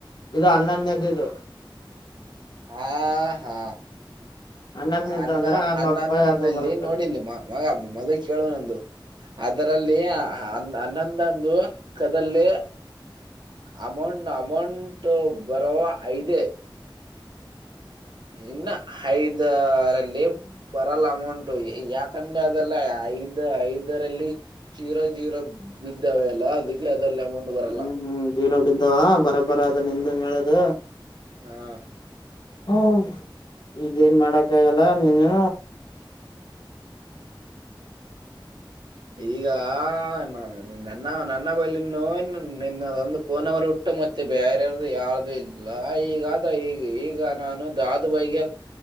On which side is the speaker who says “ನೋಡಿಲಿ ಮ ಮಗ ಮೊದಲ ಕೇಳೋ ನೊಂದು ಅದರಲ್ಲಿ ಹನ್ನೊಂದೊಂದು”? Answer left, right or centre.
Right